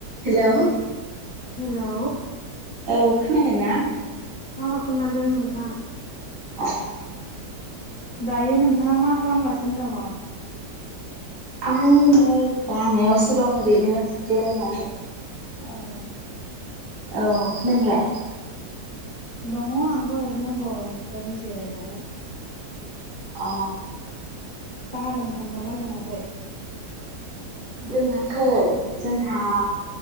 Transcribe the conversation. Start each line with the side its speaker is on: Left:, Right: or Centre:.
Right: Hello
Left: hello
Right: औ खोनादोंना
Left: अ खोनादों नोंथां
Right: अ
Left: दायो नोंथाङा मा खालामगासिनो दङ
Right: आं नै लामायावसो दं ओरैनो बेरायनानै
Left: औ
Right: औ नोंलाय
Left: दङ आंबो ओरैनो गरम बोथोरनि जिरायनानै
Right: अ
Left: साहा लोंखांबायना लोङाखै
Right: लोङाखै जोंहा